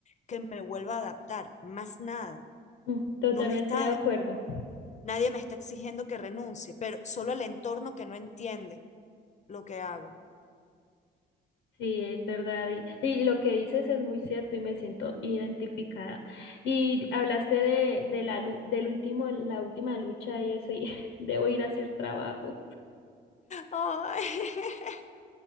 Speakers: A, on the left; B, on the left.
A: que me vuelva a adaptar, más nada.
B: mm. Totalmente
A: No me está,
B: de acuerdo.
A: nadie me está exigiendo que renuncie, pero solo el entorno que no entiende lo que hago.
B: Sí, es verdad. Y, y lo que dices es muy cierto y me siento identificada. Y hablaste de, de la, lu- del último, la última lucha y eso, y <laughs> debo ir a hacer trabajo.
A: Ay, <laughs>